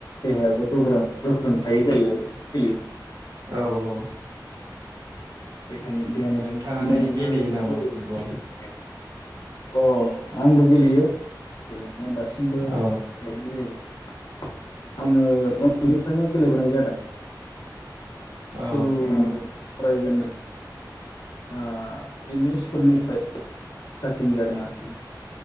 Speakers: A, on the left; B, on the right.
A: देहायाबो गोग्रों गोख्रों थायो जाहैबाय सोलियो
B: औ औ
A: देहानि देहानि
B: नोंथाङालाय
A: थाखाय
B: गेलेयो नामा फुटबल
A: <inaudible> अ आंबो गेलेयो ना दासिमबो
B: औ
A: गेलेनाय जायो आङो उन्दैनिफ्रायनो गेलेबोनाय जादों स्कुल
B: औ
A: फरायजेननाय ओ एम इ स्कुलनिफ्राय सारटिं जादों आरोखि